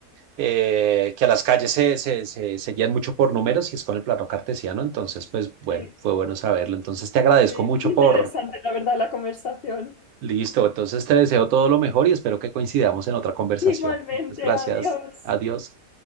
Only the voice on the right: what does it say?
eh, que a las calles se, se, se, se guían mucho por números y es con el plano cartesiano. Entonces, pues bueno,
fue bueno saberlo. Entonces, te agradezco
mucho
por...
Listo, entonces te deseo todo lo mejor y espero que coincidamos en otra conversación.
Muchas gracias.
Adiós.